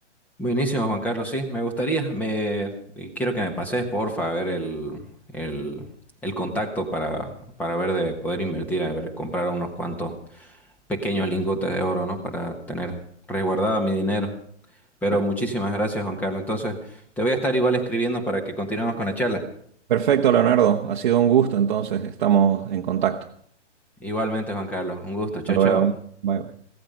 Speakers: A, in the centre; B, on the right.
A: Buenísimo, Juan Carlos, sí, me gustaría. Me eh, quiero que me pases, porfa, a ver el, el, el contacto para, para ver de poder invertir, a ver, comprar unos cuantos pequeños lingotes de oro, ¿no? Para tener resguardado mi dinero. Pero
B: Per-
A: muchísimas gracias, Juan Carlos. Entonces, te voy a estar igual escribiendo para que continuemos con la charla.
B: Perfecto, Leonardo, ha sido un gusto, entonces estamos en contacto.
A: Igualmente, Juan Carlos, un gusto. Chao,
B: Hasta
A: chao.
B: luego. Bye. bye.